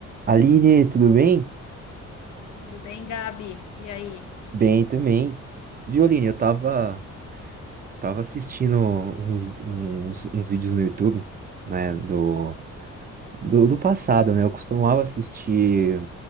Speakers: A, on the right; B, on the left.
A: Aline, tudo bem?
B: Tudo bem, Gabi? E aí?
A: Bem também. Viu, Aline, eu tava, eu tava assistindo uns, uns, uns vídeos no YouTube, né, do, do, do passado, né? Eu costumava assistir